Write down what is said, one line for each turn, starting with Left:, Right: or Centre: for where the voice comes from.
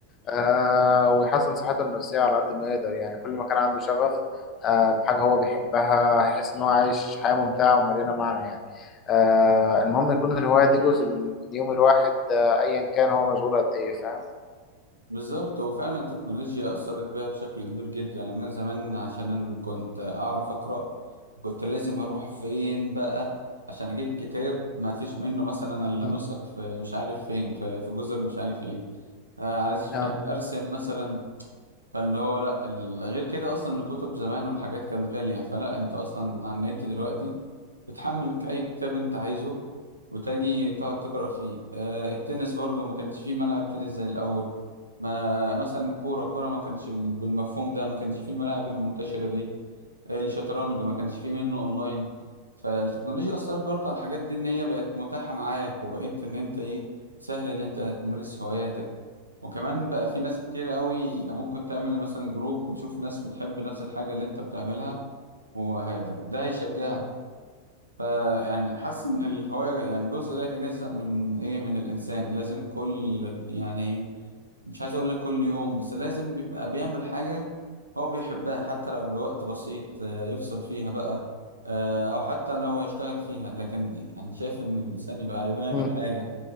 Left: آه ويحسن صحته النفسية على قد ما يقدر يعني كل ما كان عنده شغف آه بحاجة هو بيحبها هيحس إن هو عايش حياة ممتعة ومليانة معنى يعني آه المهم يكون الهواية دي جزء من من يوم الواحد آه أيا كان هو مشغول قد إيه فاهم
Right: بالظبط هو فعلا التكنولوجيا أثرت بيها بشكل كبير جدا يعني أنا زمان عشان أنا كنت أعرف أقرأ كنت لازم أروح فين بقى عشان أجيب كتاب ما فيش منه مثلا إلا
Left: مم.
Right: نسخ في مش عارف فين في في جزر مش عارف إيه آه، عشان
Left: آه
Right: أرسم مثلا فاللي هو لا ال- غير كده اصلا الكتب زمان والحاجات كانت غالية فلا انت اصلا على النت دلوقتي بتحمل اي كتاب انت عايزه وتجي تقعد تقرأ فيه آه التنس برضو ما كانش فيه ملعب تنس زي الاول ما مثلا الكورة كورة ما كانش بالمفهوم ده ما كانش فيه الملاعب المنتشرة دي الشطرنج ما كانش فيه منه اونلاين فالتكنولوجيا اثرت برضه على الحاجات دي ان هي بقت متاحه معاك وبقيت ان انت ايه سهل ان انت تمارس هواياتك وكمان بقى في ناس كتير قوي ممكن تعمل مثلا جروب وتشوف ناس بتحب نفس الحاجه اللي انت بتعملها وهيدا ده هيشجعك
Left: مم.
Right: فيعني حاسس ان الهوايه يعني جزء لا يتجزأ من ايه من الانسان لازم كل يعني ايه مش عايز اقول لك كل يوم بس لازم بيبقى بيعمل حاجة هو بيحبها حتى لو لوقت بسيط آه، يفصل فيها بقى آه، او حتى لو هيشتغل فيها لكن يعني شايف ان الانسان يبقى بيعمل
Left: مم.
Right: حاجة